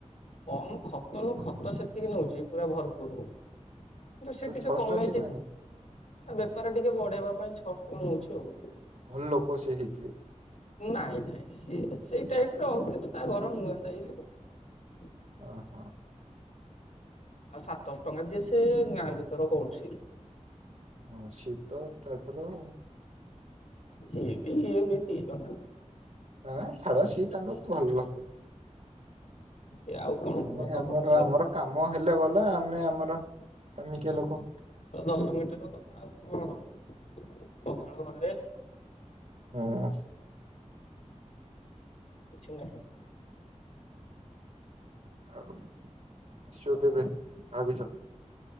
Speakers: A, on the left; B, on the right.
A: ହଁ ମୁଁ ଖତ ନୁ ଖତ ସେତିକି ନଉଛି ପୁରା ଭରପୁର। କିନ୍ତୁ
B: ଆଛା
A: ସେ ଟିକେ
B: ଛଅଶହ
A: କମେଇଛି
B: ଟଙ୍କା ସିଏ କାଇଁ
A: ତା
B: ନଉ
A: ବେପାର ଟିକେ ବଢେଇବା ପାଇଁ ଛଅ କଣ ନଉଛି ଆଉ।
B: ଭଲ ଲୋକ ସେ ହେଇଥିବେ।
A: ନାଇଁ ନାଇଁ ସିଏ ସେଇ ଟାଇପର ଆଉ କିନ୍ତୁ ତା ଘର ନୁଆ ସାହିରେ ଆଉ। <inaudible>
B: ଓହୋ।
A: ଆଉ ସାତଶହ ଟଙ୍କା ଯିଏ ସିଏ ଗାଁ ଭିତର କରୁଛି,
B: ହଁ ଶୀତ ଟାଟର ଆଉ।।
A: ସିଏ ବି ଇଏ ବି ଦିଜଣ।
B: ନା ନା ଛାଡ ସିଏ ତାଙ୍କର ଭଲ ଲୋକ।
A: ସେ ଆଉ କଣ
B: ନାଇ
A: କୁହ ତମ
B: ଆମେ ଆମର
A: ବିଷୟରେ
B: ଆମର କାମ ହେଲେ ଗଲେ ଆମେ ଆମର କାମିକି ଲୋକ
A: ଦଶ ମିନିଟର କଥା ଆଉ କଣ ପଖାଳ ଗଣ୍ଡେ
B: ହଁ।
A: କିଛିନାହିଁ।
B: ଆଉ ଆସିବ କେବେ ଭାବିଛ?